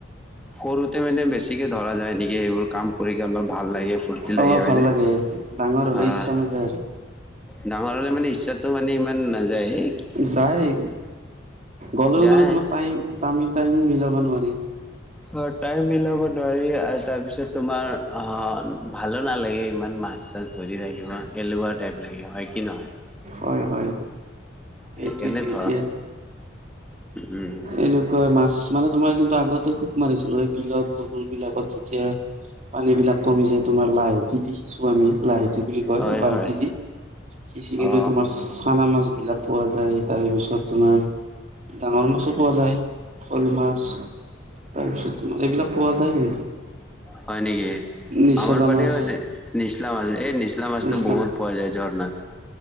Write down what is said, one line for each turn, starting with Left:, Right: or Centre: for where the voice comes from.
Centre: সৰুতে মানে বেছিকে ধৰা যায় নেকি এইবোৰ কাম কৰিকে অলপ ভাল লাগে। ফূৰ্তি লাগে
Right: অ'
Centre: হয়নে
Right: ভাল
Centre: অ'।
Right: ডাঙৰ হ'লে ইচ্ছা নাযায় আৰু।
Centre: ডাঙৰ হ'লে মানে ইচ্ছাটো মানে ইমান নাযায়য়ে।
Right: যায় গ'লেও
Centre: যায়।
Right: মানে তোমাৰ টাইম, টামি, টাইম মিলাব। নোৱাৰি।
Centre: অ, টাইম মিলাব নোৱাৰি আৰু তাৰপিছত তোমাৰ অ, ভালো নালাগে ইমান। মাছ, চাছ ধৰি থাকিব এলেহুৱা টাইপ লাগে হয় কি নহয়।
Right: হয়, হয়, হয়
Centre: সেইকাৰণে
Right: এইটোৱেইটো এতিয়া।
Centre: ধৰ উম
Right: এনেকুৱা মাছ মানে তোমাৰ কিন্তু আগতে খুব মাৰিছিলো এই বিলত দুগোৰ বিলাকত যেতিয়া পানী বিলাক কমি যায়, তোমাৰ লাইট ই, সিচিচো আমি লাইট। বুলি কয়
Centre: হয়
Right: বাল্টি
Centre: হয়
Right: দি, সিচি কিনা
Centre: অ
Right: তোমাৰ চানা মাছ। এইবিলাক পোৱা যায়। তাৰ পিছত তোমাৰ ডাঙৰ মাছো পোৱা যায় শ'ল মাছ। পিছত তোমাৰ এইবিলাক পোৱা যায় কিন্তু।
Centre: হয়, নেকি।
Right: নিচলা
Centre: আমাৰ পানীও
Right: মাছ
Centre: নিচলামাছ, নিচলামাছটো
Right: নিচলা
Centre: বহুত
Right: মাছ
Centre: পোৱা যায় ঝৰণাত।